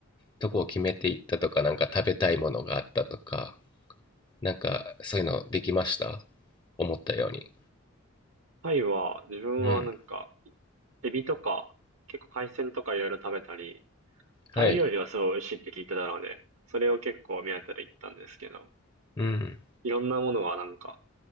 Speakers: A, on the left; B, on the right.
A: とこを決めていったとか、なんか食べたいものがあったとか、なんかそういうのできました思ったように。
B: タイは、自分はなんか、
A: うん。
B: エビとか、結構海鮮とかいろいろ食べたり、タイ料理はすごい美味しいって聞いてたので、
A: はい。
B: それを結構目当てで行ったんですけど、
A: うん。
B: いろんなものがなんか、